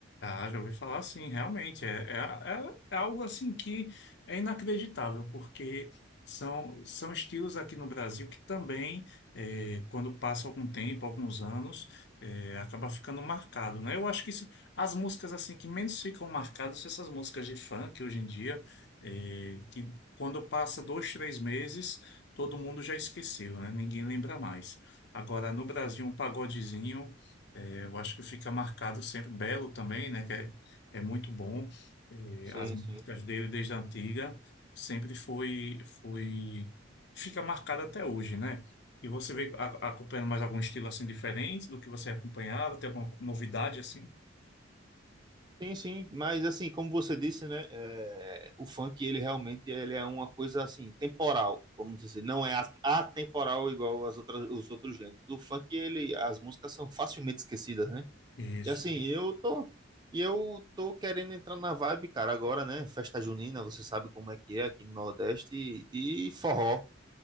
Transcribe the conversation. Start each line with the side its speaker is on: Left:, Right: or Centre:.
Left: Ah, já ouvi falar assim, realmente. É, é, é, é algo assim que é inacreditável, porque são, são estilos aqui no Brasil que também, eh, quando passa algum tempo, alguns anos, eh, acaba ficando marcado, né? Eu acho que isso- as músicas assim que menos ficam marcadas são essas músicas de funk hoje em dia, eh, que quando passa dois, três meses, todo mundo já esqueceu, né? Ninguém lembra mais. Agora, no Brasil, um pagodezinho. É, eu acho que fica marcado sempre Belo também, né? Que é, é muito bom. É,
Right: Sim,
Left: as músicas
Right: sim.
Left: dele desde a antiga sempre foi, foi fica marcado até hoje, né? E você vem a- acompanhando mais algum estilo assim diferente do que você acompanhava? Tem alguma novidade assim?
Right: Sim, sim, mas assim, como você disse, né, é, o funk, ele realmente ele é uma coisa assim, temporal, vamos dizer, não é a- atemporal igual as outras, os outros gêneros. O funk, ele, as músicas são facilmente esquecidas, né?
Left: Isso,
Right: E assim, eu tô, e eu tô querendo entrar na vibe, cara, agora, né, festa junina, você sabe como é que é aqui no Nordeste, de forró.